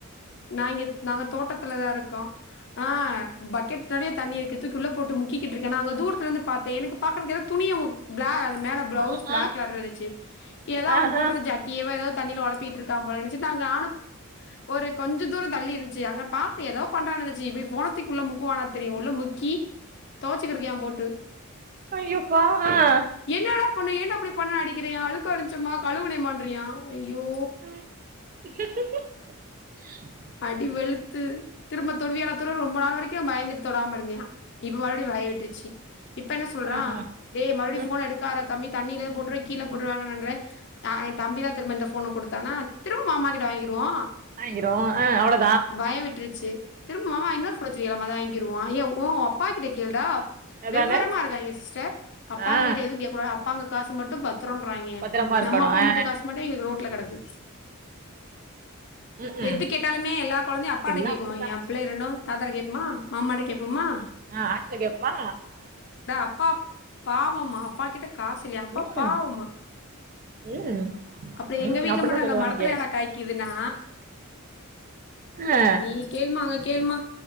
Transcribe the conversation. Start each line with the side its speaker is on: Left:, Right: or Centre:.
Left: நா இங்கேத் நாங்க தோட்டத் துலதா இருக்கோ ஆ பக்கெட் நெறையா தண்ணி இருக்கு தூக்கி உள்ள போட்டு முக்கிட்டுருக்கே நா அங்க தூரத் இருந்து பாத்தே எனக்கு பாக்குறதுக்கு எதோ துணிய முக் ப்ளா அது மேல ப்ளவுஸ்
Right: ஆ
Left: ப்ளாக்
Right: ஆ
Left: கலர்ல இருந்துச்சு எதோ
Right: ஆ
Left: அவன் போட்ருந்த
Right: ஆ
Left: <unintelligible> வா எதாது தண்ணில ஒலப் ப்பிகிட்ருக்க போல நெனச்சுட்டு நாங்க ஆனப் ஒரு கொஞ்ச தூரோ தள்ளியிருந்துச்சு அங்க பாத்து எதோ பண்றாங்கன்னு நெனச்சு இப்டி ஃபோன த்திக்குள்ள முக்குவானா தெரியு உள்ள முக்கி தொவச்சுக்கிட்ருக்கா போட்
Right: ஐய்யோ அப்பா ஆ ஆ
Left: என்னடா பண்ணா ஏன்டா இப்டி பண்ணான்னு அடிக்கிறே அழுக்கா இருந்துச்சுமா கழுவுனே மா இன்றியா ஐயோ
Right: <inaudible>
Left: அடி வெளுத்து திரும்ப தொடுவியாடா தொடுவியாடா ரொம்ப நாள் வரைக்கு பயந்துட்டு தொடாம இருந்துயா இப்ப மறுபடியு பயோ விட்ருச்சு இப்ப என்ன சொல்றா
Right: ஆ
Left: டே மறுபடி
Right: ம்
Left: ஃபோன எடுக்கார்றா தம்பி தண்ணியில எதுவு போட்டுருவ கீழ போட்ருவேன்னன் நன்றே ஆ ஏ தம்பி தா திரும்ப இந்த ஃபோன குடுத்தானா திரும்ப மாமா கிட்ட வாங்கிருவோ
Right: வாங்கிருவோ ஆ அவ்ளோ
Left: பயோ விட்டுருச்சு திரும்ப மாமா இன்னொர் ஃபோன் வச்சிருக்கலாமே அத வாங்கிருவோ ஏ ஓ அப்பாக்கிட்ட கேள்டா
Right: அதான
Left: வெவ்வரமா இருக்காய்ங்க சிஸ்டர் அப்பாங்க
Right: ஆ
Left: கிட்ட எதுவு கேக்கூடாது அப்பாங்க காசு மட்டு பத் ரோராய்ங்கே
Right: பத்திரமா இருக்கணு
Left: நம்ம அப்பா
Right: ஆ
Left: மட்டு காசு மாட்டு இவக ரோட்ல கடக்கு
Right: ம் ம்
Left: எது கேட்டாலுமே எல்லா கொழந்தையு அப்பாட்ட
Right: எல்லா
Left: கேக்கு
Right: அப்படித்தா
Left: எ பிள்ளைய ரெண்டு தாத்தாட கேப்மா மாமாட்ட கேப்போம்மா
Right: ஆச்சிட்ட கேப் மா
Left: அப்பா பாவம்மா அப்பா கிட்ட காசு இல்லையா அப்பா
Right: ம்
Left: பாவமா
Right: ம்
Left: அப்ற
Right: ம்
Left: எங்க வீட்ல
Right: அப்படித்தா
Left: மட்டு
Right: சொல்லுவாய்ங்க
Left: ஏன்டா மரத்துலயாட காய்க்குதுன்னா
Right: ஆ
Left: நீ கேள்மா அங்க கேள்மா